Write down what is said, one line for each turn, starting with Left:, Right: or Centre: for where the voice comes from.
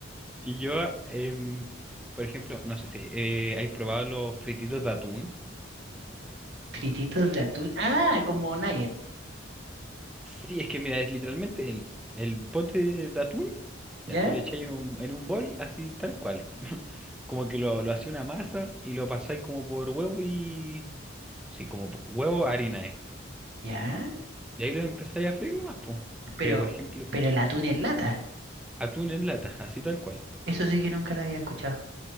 Centre: Y yo, em, por ejemplo, no sé si eh, ¿hay probado los frititos de atún?
Right: frititos de atún. Ah, como nugget,
Centre: Sí, es que mira, es literalmente el, el pote de atún. Ya
Right: ¿ya?
Centre: tú le echáis en un, en un bol, así tal cual. <laughs> Como que lo, lo hacía una masa y lo pasáis como por huevo y. Sí, como po- huevo, harina, eh.
Right: ¿Ya?
Centre: Y ahí lo empezáis a freír nomás, po.
Right: Pero,
Centre: Pero por ejemplo.
Right: pero el atún en lata.
Centre: Atún en lata, así tal cual.
Right: Eso sí que nunca lo había escuchado.